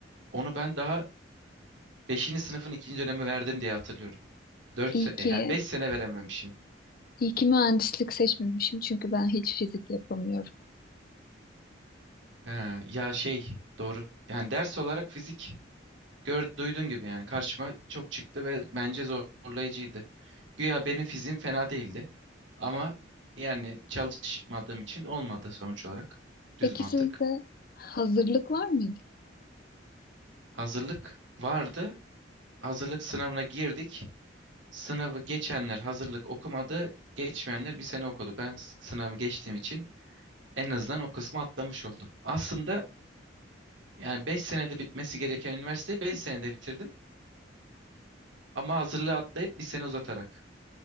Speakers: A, on the right; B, on the left.
A: Onu ben daha beşinci sınıfın ikinci dönemi verdim diye hatırlıyorum. 4
B: İyi ki,
A: yani 5 sene verememişim.
B: iyi ki mühendislik seçmemişim çünkü ben hiç fizik yapamıyorum.
A: He, ya şey doğru. Yani ders olarak fizik gör, duyduğun gibi yani karşıma çok çıktı ve bence zorlayıcıydı. Güya benim fizim fena değildi ama yani çalışmadığım için olmadı sonuç olarak. Düz
B: Peki
A: mantık.
B: sizde hazırlık var mıydı?
A: Hazırlık vardı. Hazırlık sınavına girdik. Sınavı geçenler hazırlık okumadı. Geçmeyenler bir sene okudu. Ben s- sınavı geçtiğim için en azından o kısmı atlamış oldum. Aslında yani 5 senede bitmesi gereken üniversiteyi 5 senede bitirdim. Ama hazırlığı atlayıp bir sene uzatarak.